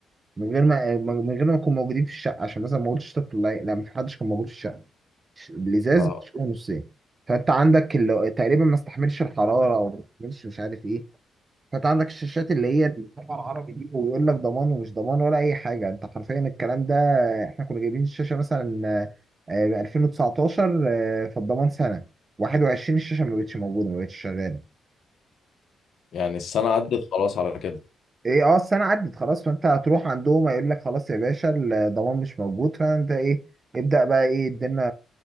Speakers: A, on the right; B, on the left.
A: من غير ما من غير ما نكون موجودين في الشقه عشان مثلا ما قلتش طفل لا لا، ما في حدش كان موجود في الشقه الازاز
B: اه
A: بتشقه نصين فانت عندك اللي تقريبا ما استحملش الحراره او ما استحملش مش عارف ايه فانت عندك الشاشات اللي هي الطبعة العربي دي ويقول لك ضمان ومش ضمان ولا اي حاجه انت حرفيا الكلام ده احنا كنا جايبين الشاشه مثلا آه، ب 2019 آه، فالضمان سنه 21 الشاشه ما بقتش موجوده ما بقتش شغاله
B: يعني السنة عدت خلاص على كده
A: ايه اه السنه عدت خلاص فانت هتروح عندهم هيقول لك خلاص يا باشا الضمان مش موجود فانت ايه ابدا بقى ايه الدنيا